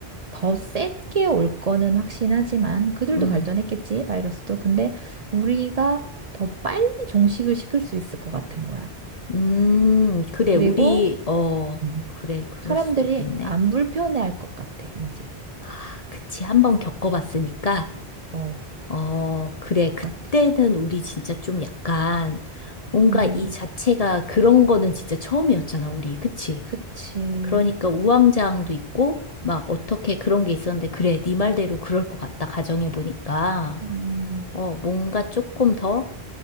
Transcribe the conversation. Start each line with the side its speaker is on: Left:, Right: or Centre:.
Right: 더 센 게 올 거는 확신하지만 그들도
Left: 음.
Right: 발전했겠지, 바이러스도. 근데 우리가 더 빨리 종식을 시킬 수 있을 것 같은 거야.
Left: 음, 그래,
Right: 그리고
Left: 우리, 어,
Right: 음.
Left: 그래, 그럴
Right: 사람들이
Left: 수도 있겠네.
Right: 안 불편해할 것 같아, 이제.
Left: 아, 그치, 한번 겪어봤으니까,
Right: 어,
Left: 어, 그래,
Right: 것
Left: 그때는
Right: 같아.
Left: 우리 진짜 좀 약간, 뭔가
Right: 음,
Left: 이 자체가 그런 거는 진짜 처음이었잖아, 우리. 그치?
Right: 그치.
Left: 그러니까 우왕좌왕도 있고, 막 어떻게 그런 게 있었는데, 그래, 네 말대로 그럴 것 같다, 가정해보니까.
Right: 음.
Left: 어, 뭔가 조금 더,